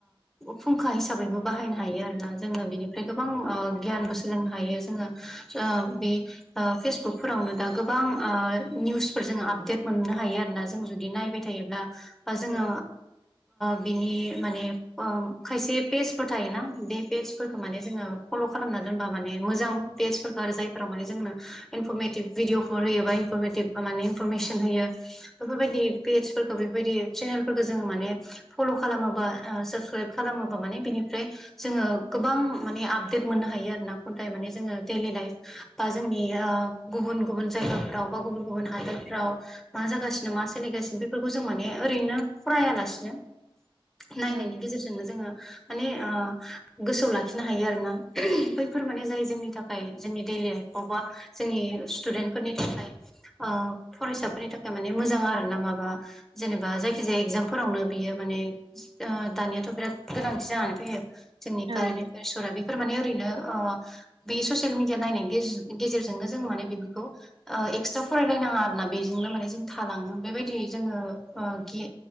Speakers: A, in the centre; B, on the right.
A: फुंखा हिसाबैबो बाहायनो हायो आरोना जोङो बेनिफ्राय गोबां गियानबो सोलोंनो हायो जोङो बे फेसबुकफोरावनो दा गोबां निउसफोर जों <unintelligible> मोननो हायो आरोना जों जुदि नायबाय थायोब्ला ब जोङो
B: औ
A: बिनि माने खायसे पेजफोर थायोना बे पेेजफोरखौ माने जोङो फल खालामना दोनबा माने मोजां पेजफोरखौ आरो जायफोराव माने जोंनो इनफरमेटिभ भिडअफोर होयोबा इफरमेटिभ मे इनफरमेसन होयो बेफोरबायदि पेसफोरखौ बेफोरबायदि चेनेलफोरखौ जोङो माने फल खालामोबा साबसक्राइब खालामोबा माने बिनिफ्राय जोङो गोबां माने आपदेट मोननो हायो आरोना <unintelligible> माने जोङो डेलि लाइफ बा जोंनि गुबुन गुबुन जायगाफ्राव बा गुबुन गुबुन हादोरफ्राव मा जागासिनो मा सोलिगासिनो बेफोरखौ जों माने ओरैनो फरायालासिनो नायनायनि
B: औ
A: गेजेरजोंनो जोङो माने गोसोआव लाखिनो हायो आरोना बैफोर माने जाय जोंनि थाखाय जोंनि देइलि लाइफ बबेबा जोंनि स्टुदेन्टफोरनि थाखाय फरायसाफोरनि थाखाय माने मोजां आरो ना माबा जेनेबा जायखि जाया एगजामफोरावनो बियो माने दानियाथ बिराद गोनांथि जानानै फैयो जोंनि
B: औ
A: कारने <unintelligible> बेसरा बेफोर माने ओरैनो बे ससियेल मिडिया नायनायनि गेजेरजोंनो जों माने बेफोरखौ एक्सट्रा फरायलायनो नाङा आरो ना बेजोंनो माने जों थालाङो बेबायदि जोङो